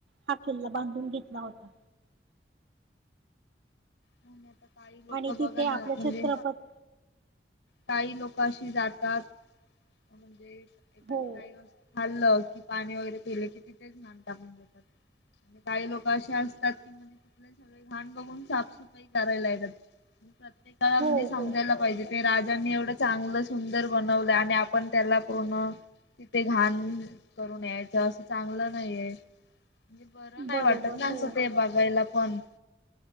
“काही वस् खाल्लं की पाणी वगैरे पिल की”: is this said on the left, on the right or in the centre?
Left